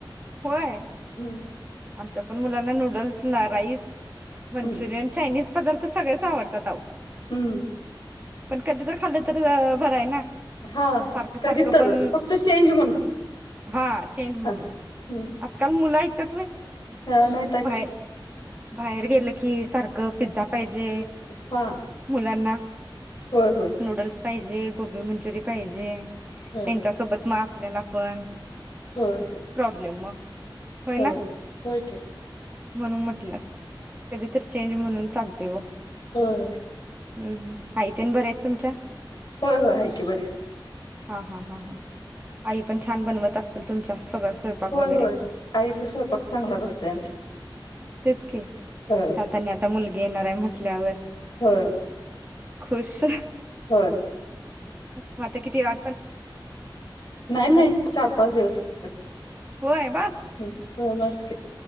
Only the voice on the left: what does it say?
हम्म
हम्म
हम्म.
हा
कधी तरच
फक्त चेंज म्हणून
हा हम्म
<unintelligible>
हा
होय होय
होय
होय होय
हो.
हो काय.
होय
होय होय हाय की बर.
होय
होय आईचा स्वयंपाक चांगलाच असतोय आमच्या.
होय
होय
होय
नाही नाही चार पाच दिवस फक्त.
हम्म हो बस.